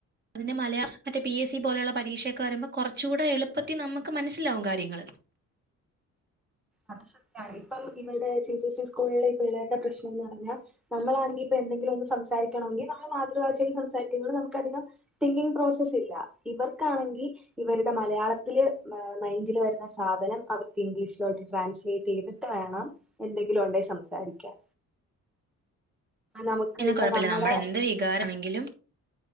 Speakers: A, on the right (about 35°); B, in the centre.
A: അതിന്റെ മലയാം മറ്റേ പി എസ് സി പോലുള്ള പരീക്ഷയൊക്കെ വരുമ്പോ കുറച്ച കൂടെ എളുപ്പത്തി നമുക്ക് മനസ്സിലാവും കാര്യങ്ങൾ
B: അത് സത്യാണ് ഇപ്പം ഇവടെ സി ബ എസ് ഇ സ്കൂളിലെ പിള്ളേരുടെ പ്രശ്നം എന്ന് പറഞ്ഞാ നമ്മളാണെങ്കി ഇപ്പോ എന്തെങ്കിലും ഒന്ന് സംസാരിക്കണോെങ്ക നമ്മെ മാതൃഭാഷയിൽ സംസാരികുമ്പള് നമുക്കധികം തിങ്കിങ് പ്രോസസ് ഇല്ല ഇവർക്കാണെങ്കി ഇവരുടെ മലയാളത്തില് മൈന്ഡില് വരുന്ന സാധനം അവർക്ക് ഇംഗ്ലീഷിലോട്ട ട്രാൻസ്ലേറ്റ് യ്തിട്ട് വേണം എന്തെങ്കിലും ഉണ്ടൽ സംസാരിക്കാൻ നമുക്ക്
A: പിന്നെ
B: ഇപ്പൊ
A: കുഴപ്പല്ല
B: നമ്മുടെ
A: നമ്മടെ എന്ത് വികാരണെങ്കിലും